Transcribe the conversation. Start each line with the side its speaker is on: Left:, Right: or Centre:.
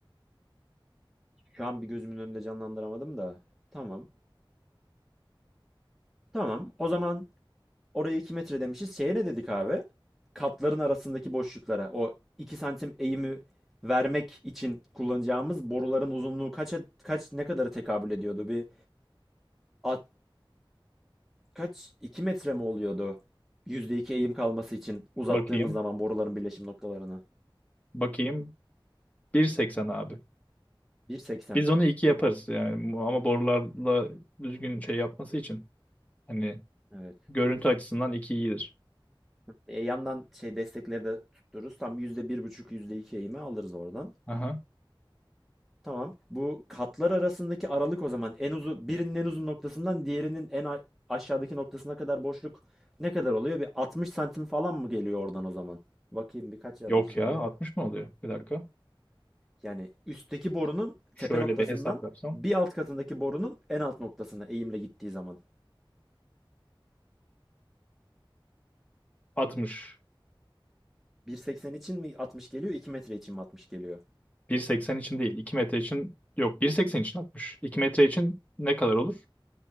Centre: Şu an bir gözümün önünde canlandıramadım da. Tamam. Tamam. O zaman Oraya 2 metre demişiz. Şeye ne dedik abi? Katların arasındaki boşluklara. O 2 santim eğimi vermek için kullanacağımız boruların uzunluğu kaça, kaç ne kadara tekabül ediyordu? Bir at, kaç 2 metre mi oluyordu? yüzde iki eğim kalması için uzattığımız
Left: Bakayım
Centre: zaman boruların birleşim noktalarını.
Left: bakayım Bir seksen abi.
Centre: bir seksen
Left: Biz onu 2 yaparız yani ama borularla düzgün şey yapması için. Hani
Centre: Evet.
Left: görüntü açısından 2 iyidir.
Centre: E, yandan şey destekleri de tuttururuz. Tam yüzde bir buçuk %2 eğimi alırız oradan.
Left: Aha.
Centre: Tamam. Bu katlar arasındaki aralık o zaman en uzun birinin en uzun noktasından diğerinin en a- aşağıdaki noktasına kadar boşluk ne kadar oluyor? Bir 60 santim falan mı geliyor oradan o zaman? Bakayım birkaç yazmışız
Left: Yok ya
Centre: buraya.
Left: Altmış mı oluyor? Bir dakika.
Centre: Yani üstteki borunun
Left: Şöyle
Centre: tepe noktasından
Left: bir hesap yapsam.
Centre: bir alt katındaki borunun en alt noktasına eğimle gittiği zaman.
Left: 60.
Centre: 1.80 için mi 60 geliyor, 2 metre için mi 60 geliyor?
Left: 1.80 için değil. 2 metre için yok. 1.80 için 60. 2 metre için ne kadar olur?